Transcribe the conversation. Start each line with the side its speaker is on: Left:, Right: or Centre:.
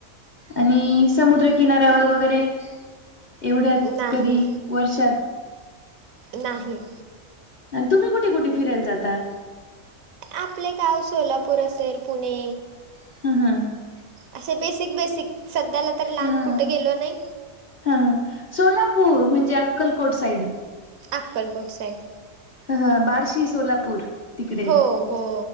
Left: आणि समुद्रकिनाऱ्यावर वगैरे एवढ्यात
Right: नाही
Left: कधी वर्षात
Right: नाही.
Left: तुम्ही कुठे कुठे, फिरायला जाता.
Right: आपले गाव सोलापूर असेल पुणे.
Left: <unintelligible>
Right: असे बेसिक बेसिक, सध्याला तर लांब
Left: ह हा
Right: कुठं गेलो नाही.
Left: हा, सोलापूर म्हणजे अक्कलकोट साईड.
Right: अक्कलकोट साईड.
Left: ह, बार्शी, सोलापूर तिकडे
Right: हो हो